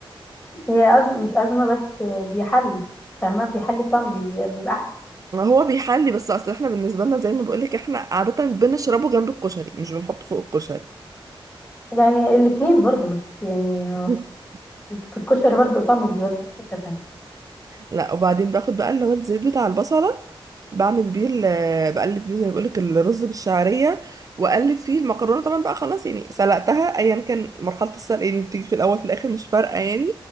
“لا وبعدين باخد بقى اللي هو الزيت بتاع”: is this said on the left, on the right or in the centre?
Right